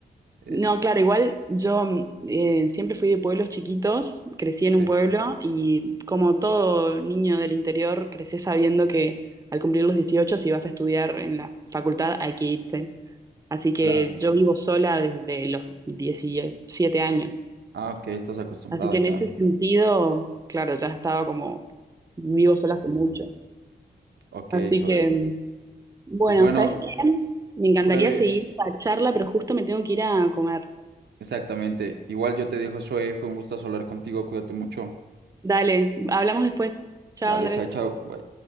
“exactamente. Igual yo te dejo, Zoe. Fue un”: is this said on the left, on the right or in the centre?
Right